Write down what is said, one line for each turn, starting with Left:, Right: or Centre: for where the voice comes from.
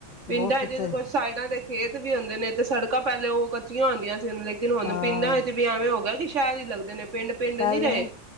Right: ਪਿੰਡਾਂ
Left: ਬਹੁਤ ਸੁਥਰੇ
Right: ਚ ਕੁਝ ਸਾਈਡਾਂ ਦੇ ਖੇਤ ਵੀ ਹੁੰਦੇ ਨੇ ਤੇ ਸੜਕਾਂ ਪਹਿਲੇ ਉਹ ਕੱਚੀਆਂ ਹੁੰਦੀਆਂ ਸੀ। ਲੇਕਿਨ ਹੁਣ
Left: ਹਾਂ
Right: ਪਿੰਡਾਂ ਵਿੱਚ ਵੀ ਐਵੇਂ ਹੋਗਾ ਕਿ ਸ਼ਹਿਰ ਹੀ ਲੱਗਦੇ ਨੇ ਪਿੰਡ। ਪਿੰਡ
Left: ਪਹਿਲੇ
Right: ਨਹੀਂ ਰਹੇ